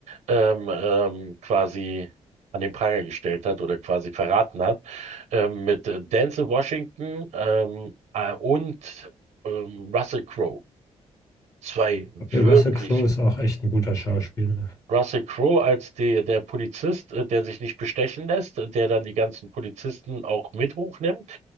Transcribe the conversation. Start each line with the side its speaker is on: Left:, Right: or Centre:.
Right: ähm, ähm, quasi an den Pranger gestellt hat oder quasi verraten hat, ähm, mit äh, Denzel Washington ähm, äh, und ähm, Russell Crowe. Zwei wirklich.
Left: Okay, Russell Crowe ist auch echt ein guter Schauspieler.
Right: Russell Crowe als die, der Polizist, äh, der sich nicht bestechen lässt, äh, der dann die ganzen Polizisten auch mit hochnimmt